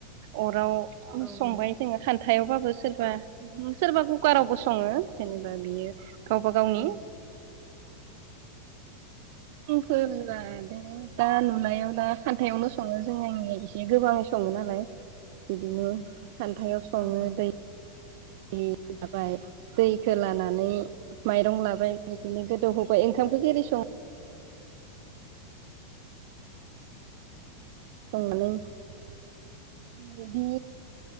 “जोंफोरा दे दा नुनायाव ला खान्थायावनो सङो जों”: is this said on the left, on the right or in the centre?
Right